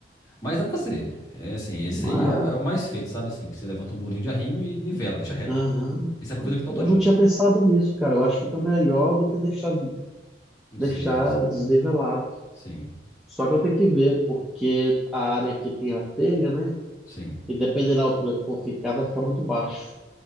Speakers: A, on the left; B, in the centre.
A: Mas dá pra fazer. É assim, esse
B: Mas,
A: aí é, é o mais feito, sabe assim? Que você levanta o murinho de arrimo e nivela, deixa reto.
B: aham,
A: E você aproveita o quintal
B: eu
A: todinho.
B: não tinha pensado nisso, cara. Eu acho que fica melhor do que deixar,
A: Um desnível,
B: deixar
A: assim.
B: desnivelado.
A: Sim,
B: Só que eu tenho que ver, porque a área que tem a telha, né?
A: sim.
B: E dependendo da altura que for ficar, vai ficar muito baixo.